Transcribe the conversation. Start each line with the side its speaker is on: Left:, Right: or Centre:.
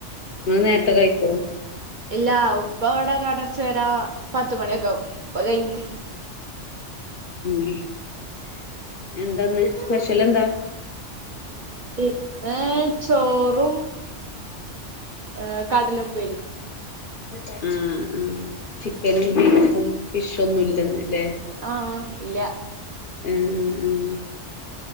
Left: ന്ന് നേരത്തെ കയിക്കൊ?
Right: ഇല്ലാ. ഉപ്പ വടെ കട അട്ച്ച് വരാൻ പത്തുമണിയൊക്കെ ആവും. പ്പൊ അകയിഞ്ഞിട്ട്
Left: മ്. എന്താന്ന്? സ്പെഷ്യലെന്താ?
Right: ഇപ്പാ ചോറും ഏ കടലുപ്പേരിം.
Left: മ്. മ് ചിക്കനും ബീഫും ഫിഷൊന്നും ഇല്ലെന്ന് ലെ?
Right: ആഹ് ഇല്ല
Left: ആഹ്. ആഹ്. ആഹ്